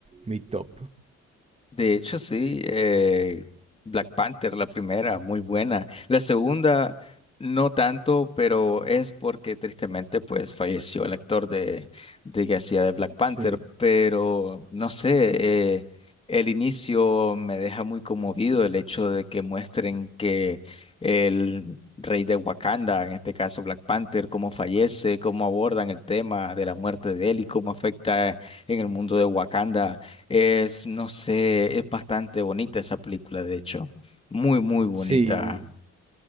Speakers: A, on the right (about 20°); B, on the left (about 20°).
A: mi top.
B: De hecho, sí, eh, Black Panther, la primera, muy buena. La segunda, no tanto, pero es porque tristemente, pues, falleció el actor de, de que hacía de Black Panther.
A: Sí.
B: Pero, no sé, eh, el inicio me deja muy conmovido el hecho de que muestren que el rey de Wakanda, en este caso Black Panther, cómo fallece, cómo abordan el tema de la muerte de él y cómo afecta en el mundo de Wakanda es, no sé, es bastante bonita esa película, de hecho. Muy, muy bonita.
A: Sí,